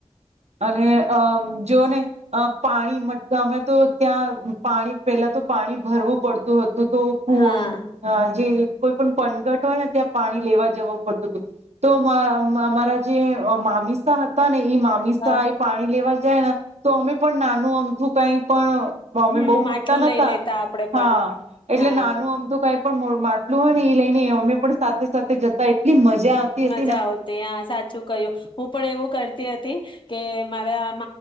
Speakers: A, on the right; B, on the left.
A: અને અ જો ને પાણી મટ ગમે તો ત્યાં પાણી પેલા તો પાણી ભરવું પડતું હતું. તો પ
B: હા
A: જે. કોઈ પણ પંગટ હોય ને ત્યાં પાણી લેવા જવું પડતું હતું તો અમારા જે મામીસા હતા ને ઈ. સ
B: હા
A: એ પાણી લેવા. જ ને તો અમે પણ નાનું અમથું કઈ પણ. મમ્મી
B: હમ
A: બઉુ
B: માટલું
A: મોટા નતા
B: લઈ લેતા આપડે
A: હા
B: પણ
A: એટલે
B: હા
A: નાનું આમ તોું કઈ. પણ માટલું હોય ને એ લઈને અમે પણ સાથે સાથે જતા એટલી મજા. આવતી
B: મજા
A: હતી ને
B: આવતી હ્યા સાચું ક્યું હું પણ એવું. કરતી હતી કે મારા